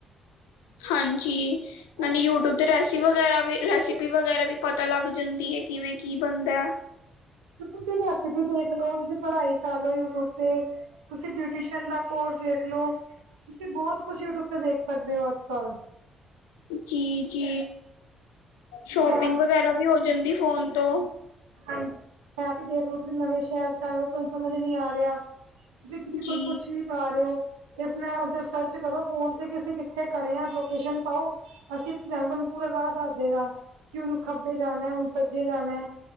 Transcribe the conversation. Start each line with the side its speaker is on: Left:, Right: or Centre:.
Left: ਹਾਂਜੀ,
Right: ਉਹ
Left: ਨਾਲੇ
Right: ਬੰਦੇ
Left: ਯੂਟਿਊਬ
Right: ਨੂੰ
Left: ਤੇ ਰੈਸ ਰਸੀ ਵਗੈਰਾ ਵੀ, ਰੈਸਪੀ ਵਗੈਰਾ ਵੀ ਪਤਾ ਲੱਗ ਜਾਂਦੀ ਏ, ਕਿਵੇਂ ਕੀ ਬਣਦੈ।
Right: ਤੁਸੀ ਦੇ ਹਥ ਵੀ ਦੇਖ ਲਓ, ਤੁਸੀ ਦੀ ਪੜ੍ਹਾਈ ਕਰ ਰਹੇ ਹੋ ਯੂਟਿਊਬ ਤੇ, ਤੁਸੀਂ ਬਿਊਟੀਸ਼ਨ ਦਾ ਕੋਰਸ ਦੇੇਖ ਲਓ। ਤੁਸੀਂ ਬਹੁਤ ਕੁਛ ਯੂਟਿਊਬ ਤੇ ਵੇਖ ਸਕਦੇ ਹੋ ਅੱਜ ਕੱਲ੍ਹ।
Left: ਜੀ-ਜੀ, ਸ਼ੋਪਿੰਗ
Right: ਮੈਪ
Left: ਵਗੈਰਾ ਵੀ ਹੋ ਜਾਂਦੀ ਫੋਨ ਤੋਂ।
Right: ਹਾਂਜੀ। ਆਪ ਹੀ ਦੇਖਲੋ, ਤੁਸੀਂ ਨਵੇਂ ਸ਼ਹਿਰ ਚ ਆਏ ਹੋ ਤੁਹਾਨੂੰ ਸਮਝ ਨੀ ਆ ਰਿਹਾ। ਤੁਸੀਂ ਕਿਸੇ ਕੋਲੋ
Left: ਜੀ
Right: ਪੁੱਛ ਨਹੀਂ ਪਾ ਰਹੇ ਓ। ਤੇ ਆਪਣੇ ਆਪ ਚ ਸਰਚ ਕਰੋ ਫੋਨ ਤੇ ਕਿ ਅਸੀਂ ਕਿੱਥੇ ਖੜੇ ਹਾਂ, ਲੋਕੇਸ਼ਨ ਪਾਓ। ਅਸੀਂ <unintelligible> ਤੁਹਾਨੂੰ ਪੂਰਾ ਰਾਹ ਦੱਸਦਏਗਾ ਕਿ ਹੁਣ ਖੱਬੇ ਜਾਨੈ, ਹੁਣ ਸੱਜੇ ਜਾਨੈ।